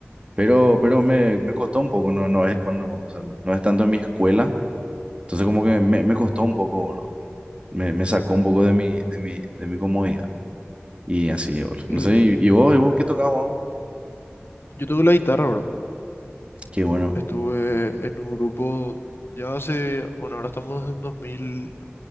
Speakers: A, on the right (about 25°); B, on the left (about 60°).
A: Pero, pero me, me costó un poco, no, no es cuando, o sea, no, no es tanto en mi escuela, entonces como que me, me costó un poco, boludo. ¿no? Me, me sacó un poco de mi, de mi, de mi comodidad. Y así, boludo.
B: El-
A: No sé, ¿y, y vos, y vos qué tocabas? man?
B: Yo toco la guitarra, bro.
A: Qué bueno.
B: Estuve en un grupo ya hace, bueno, ahora estamos en 2000.